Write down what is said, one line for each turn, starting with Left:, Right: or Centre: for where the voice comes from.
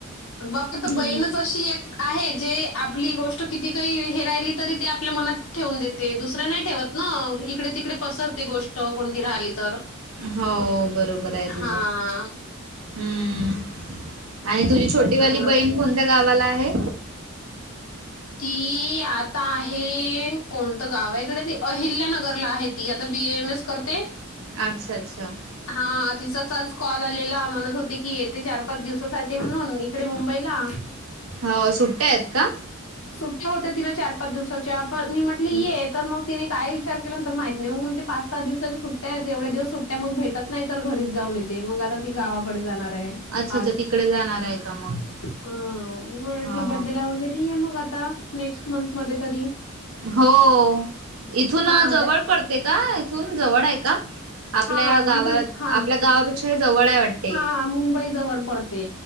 Left: बाप
Right: हम्म
Left: तर बहीणच अशी एक आहे जे आपली गोष्ट किती काही हेराहिली तरी ते आपल्या मनात ठेवून देते दुसऱ्या नाही ठेवत ना इकडे तिकडे पसरते गोष्ट कोणती राहिली तर
Right: हो बरोबर आहे तुझं
Left: हां,
Right: हम्म आणि तुझी छोटी
Left: त्याच्यामुळं.
Right: वाली बहीण कोणत्या गावाला आहे
Left: ती आता आहे कोणतं गाव आहे इकडे ती अहिल्यानगरला आहे ती आता बी एम एस करते
Right: अच्छा अच्छा
Left: हा तिचाच आज कॉल आलेला म्हणत होती की येते चार पाच दिवसासाठी म्हणून म कडे मुंबईला
Right: हो सुट्ट्या आहेत का
Left: सुट्टी होते तिला चार पाच दिवसाच्या पण मी म्हटली
Right: का
Left: येत तर मग तिने काय विचार केलंंत मात नाही मग मग ते पाच सात दिवसाच्या सुट्ट्या आहेत एवढ्या दिवस सुट्ट्या मग भेटत नाही तरर घरीच जाऊन येते मग आता ती गावाकडे जाणार आहे.
Right: अच्छा
Left: आज
Right: अच्छा तिकडे जाणार आहे का मग
Left: हा
Right: हो
Left: बर्डे लावागेर आहे मग आता नेक्स्ट मंथ मध्ये तरी.
Right: हो इथून
Left: हा
Right: जवळ
Left: जा-
Right: पडते का इथून जवळ आहे का आपल्या
Left: हा
Right: गावात
Left: इथून हा
Right: आपल्या गावापेक्षा हे जवळ आहे वाटतं
Left: हा मुंबई जवळ पडते